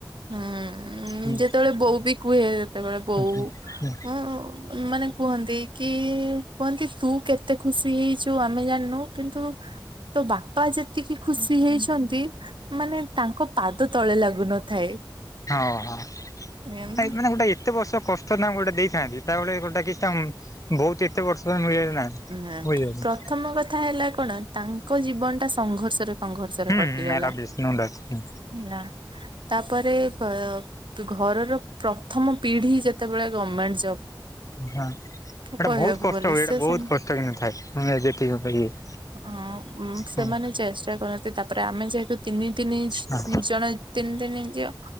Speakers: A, on the right; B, on the left.
A: ହୁଁ
B: ହୁଁ
A: ଯେତେବେଳେ ବୋଉ ବି କୁହେ ଯେତେବେଳେ ବୋଉ
B: ହୁଁ ହଁ
A: <unintelligible> ମାନେ କୁହନ୍ତି କି କୁହନ୍ତି ତୁ କେ କେତେ ଖୁସି ହେଇଚୁ ଆମେ ଜାଣିନୁ, କିନ୍ତୁ ତୋ ବାପା ଯେତିକି ଖୁସି ହେଇଛନ୍ତି ମାନେ ତାଙ୍କ ପାଦ ତଳେ ଲାଗୁନଥାଏ।
B: ଓହୋ
A: ଏମ୍
B: ମାନେ ଗୋଟେ ଏତେ ବର୍ଷ କଷ୍ ଷ୍ଟ <unintelligible> ଗୋଟେ ଦେଇଥାନ୍ତି <unintelligible> ଗୋଟେ କିଛି ତାଙ୍କୁ ବହୁତ ଏତେ ବର୍ଷରେ ମିଳେ।
A: ନା
B: ବୁଝିପାରୁଛ
A: ପ୍ରଥମ କଥା ହେଲା କଣ ତାଙ୍କ ଜୀବନଟା ସଂଘର୍ଷରେ ସଂଘର୍ଷରେ
B: ହୁଁ
A: କଟିଗଲା
B: ଏଟା ବିଷ୍ଣୁ ଡାକ ହୁଁ
A: ହେଲା ତାପରେ <unintelligible> ଘରର ପ୍ରଥମ ପିଢି ଯେତେବେଳେ ଗମେଣ୍ଟସ
B: ହଁ ଏଇଟା
A: କହିବାକୁ
B: ବହୁତ କଷ୍ଟ
A: ଗଲେ
B: ହୁଏ
A: ସେ
B: ଏଇଟା ବହୁତ
A: ସମ
B: କଷ୍ଟ ହେଇ ନଥାଏ, ମୁଁ <unintelligible> ଯେତିକି ଇଏ।
A: ହଁ ଉଁ ସେମାନେ
B: ହଁ
A: ଚେଷ୍ଟା କରନ୍ତି ତାପରେ ଆମେ ଯେହେତୁ ତିନି ତିନି ଝି
B: ହଁ
A: <unintelligible> ଜଣେ ତିନି ତିନି ଝିଅ,